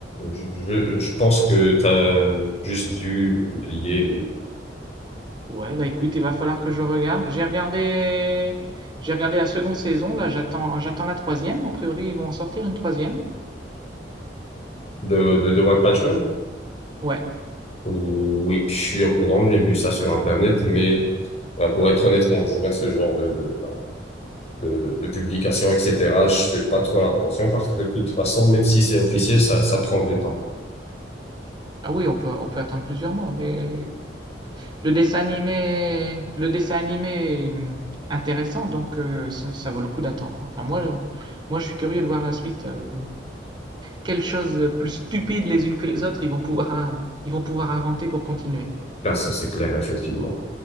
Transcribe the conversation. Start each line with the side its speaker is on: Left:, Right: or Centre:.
Left: Je, je, je pense que t'as juste dû oublier ou
Right: Ouais, bah écoute, il va falloir que je regarde. J'ai regardé, j'ai regardé la seconde saison, là j'attends, j'attends la troisième. A priori, ils vont en sortir une troisième.
Left: de, de, de One Punch Man.
Right: Ouais.
Left: Oui, je suis au courant, j'ai vu ça sur Internet, mais bah, pour être honnête, quand je vois ce genre de, de, bah, de, de, de publication, etc., je fais pas trop attention parce que de toute façon, même si c'est officiel, ça, ça prend du temps.
Right: Ah oui, on peut, on peut attendre plusieurs mois, mais Le dessin animé, le dessin animé est hum, intéressant, donc euh, ça, ça vaut le coup d'attendre. Enfin, moi, euh, moi, je suis curieux de voir la suite. euh, quelles choses euh, plus stupides les unes que les autres ils vont pouvoir, euh, ils vont pouvoir inventer pour continuer.
Left: Là, ça, c'est clair, effectivement.